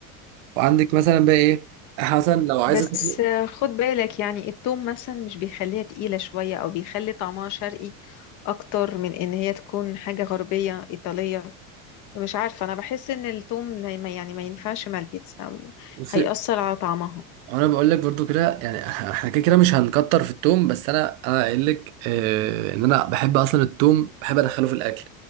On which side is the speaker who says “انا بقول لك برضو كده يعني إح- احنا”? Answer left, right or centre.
Right